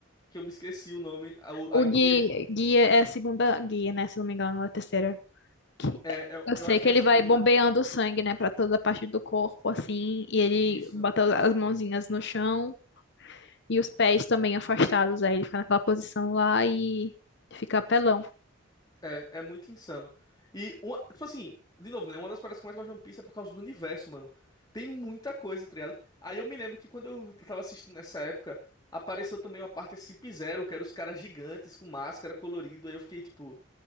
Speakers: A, on the left; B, on the left.
A: que eu me esqueci o nome. A, o- a
B: O
A: guia.
B: Gui, Gui é a segunda guia, né? Se não me engano, ou a terceira. Que-
A: É, eu,
B: Eu sei
A: eu acho
B: que
A: que é
B: ele
A: a segunda.
B: vai bombeando o sangue, né? Pra toda a parte do corpo, assim. E ele
A: Isso.
B: bota as mãozinhas no chão e os pés também afastados. Aí ele fica naquela posição lá e fica apelão.
A: É, é muito insano. E, uma, tipo assim, de novo, né? Uma das paradas que eu mais gosto de One Piece é por causa do universo, mano. Tem muita coisa, tá ligado? Aí eu me lembro que quando eu tava assistindo nessa época, apareceu também uma parte Sub-Zero, que era os caras gigantes com máscara colorido. Aí eu fiquei tipo,